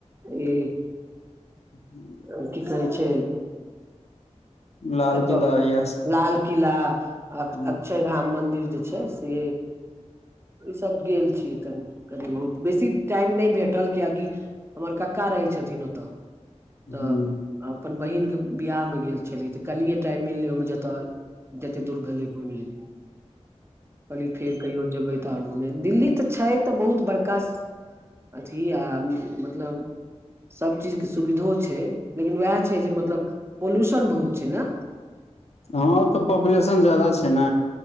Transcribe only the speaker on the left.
<inaudible>
लाल किला
इएह सब
ह
ह
हँ तऽ पॉपुलेशन जादा छै। ने